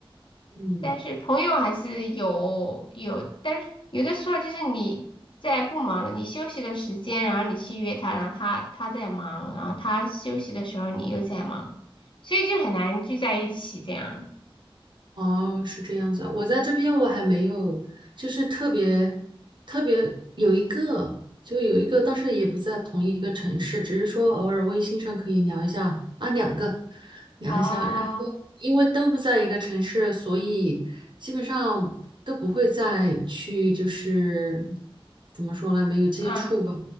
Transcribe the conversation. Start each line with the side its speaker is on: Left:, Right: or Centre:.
Right: 嗯。
Left: 但是朋友还是有有，但是有的时候就是你在不忙，你休息的时间，然后你去约他，然后他他在忙，然后他休息的时候你又在忙，所以就很难聚在一起这样。
Right: 哦，是这样子啊。我在这边我还没有，就是特别特别有一个，就有一个，但是也不在同一个城市，只是说偶尔微信上可以聊一下啊，两个聊一下。
Left: 哦，
Right: 然后因为都不在一个城市，所以基本上都不会再去，就是怎么说呢，没有接触吧。
Left: 啊，